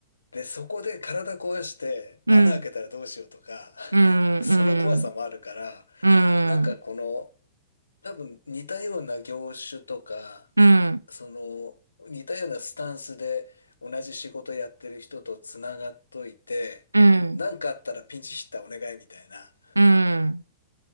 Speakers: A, on the left; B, on the right.
A: で、そこで体壊して穴開けたらどうしようとか、
B: う、うん、うん、
A: <laughs> その怖さもあるから、
B: うん、うん、
A: なんかこの、多分似たような業種とか、
B: うん、
A: その、似たようなスタンスで同じ仕事やってる人とつながっといて、
B: うん、
A: なんかあったらピンチヒッターお願いみたいな。
B: うん。